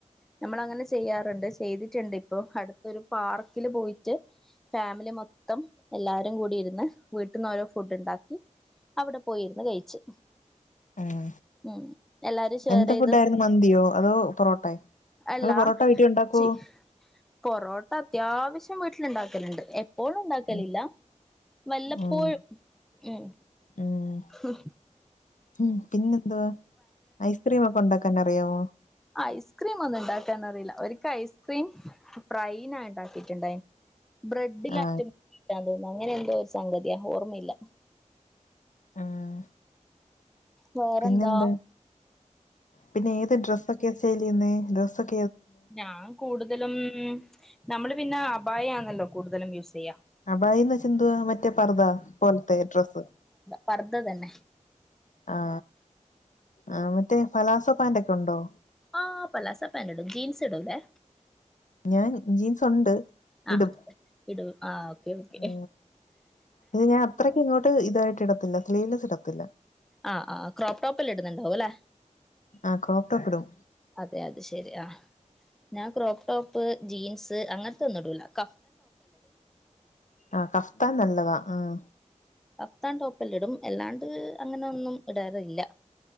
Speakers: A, in the centre; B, on the left.
A: നമ്മള അങ്ങനെ ചെയ്യാറുണ്ട് ചെയ്തിട്ടുണ്ട് ഇപ്പൊ അടുത്തരു പാർക്കില് പോയിട്ട് ഫാമിലി മൊത്തം എല്ലാരും കൂടി ഇര്ന്ന് വീട്ട്ന്നോരോ ഫുഡ്ഡ്ണ്ടാക്കി അവിടെ പോയിര്ന്ന് കഴിച്ച്.
B: ഉം
A: ഉം എല്ലാരും ഷെയർ
B: എന്ത്‌
A: ചെയ്ത്
B: ഫുഡ്ഡായിര്ന്നു മന്തിയോ? അതോ പൊറോട്ട നിങ്ങൾ
A: അല്ല
B: പൊറോട്ട വീട്ടിൽ ഉണ്ടാക്കുവോ
A: ചി പൊറോട്ട അത്യാവശ്യം വീട്ടിൽലുണ്ടാക്കലുണ്ട് എപ്പോഴും ഉണ്ടാക്കലില്ല
B: ഉം
A: വല്ലപ്പോഴും
B: ഉം
A: ഉം
B: ഉം
A: ഹ
B: ഉം പിന്നെന്തുവാ? ഐസ്ക്രീമൊക്കെ ഇണ്ടാക്കാൻ അറിയാവോ?
A: ഐസ്ക്രീമൊന്നു ഇണ്ടാക്കാനറീല്ല. ഒരിക്ക ഐസ്ക്രീം ഫ്രൈന ഉണ്ടാക്കിട്ടുണ്ടായി ബ്രെഡ്ഡിലാറ്റം
B: ആ
A: തോന്നു. അങ്ങനെ എന്തോ ഒരു സംഗതിയാ. ഓർമ്മല്ല
B: ഉം
A: വേറെന്താ
B: പിന്നെന്താ? പിന്നെ ഏത് ഡ്രസ്സൊക്കെയാ സേല് ചെയ്യ്ന്നേ? ഡ്രസ്സൊക്
A: ഞാൻ കൂടുതലും, നമ്മള് പിന്നെ അബായാണല്ലോ കൂടുതലും യൂസ് ചെയ്യാ
B: അബായിന്ന് വെച്ചാ എന്തുവാ? മറ്റേ പർദ്ദ പോലത്തെ ഡ്രസ്സ്?
A: പർദ തന്നെ
B: ആ ആ മറ്റേ ഫലാസോ പാന്റ് ക്കെ ഉണ്ടോ
A: ആഹ് പലാസ പാന്റിടും. ജീൻസ് ഇടൂലെ
B: ഞാൻ ജീൻസ് ഒണ്ട് ഇടും
A: ആ ഇടൂ ആ ഓക്കെ ഓക്കെ
B: ആ അത് ഞാൻ അത്രയ്ക്ക് ഇങ്ങോട്ട് ഇതായിട്ട് ഇടത്തില്ല സ്ലീലസ് ഇടത്തില്ല
A: ആഹ് ആ് ക്രോപ്ടോപ്പ്ല്ലാം ഇടുന്നുണ്ടാവും അല്ലെ
B: ആ ക്രോപ്പടോപ്പ് ഇടും
A: അതെ അതെ ശരി ആ ഞാൻ ക്രോപ് ടോപ്പ് ജീൻസ് അങ്ങനത്തെ ഒന്നും ഇടുല ക്
B: ആ കഫ്താ നല്ലതാ ഉം
A: ക്താ ടോപ്പല്ലാം ഇടും എല്ലാണ്ട് അങ്ങനെന്നും ഇടാറില്ല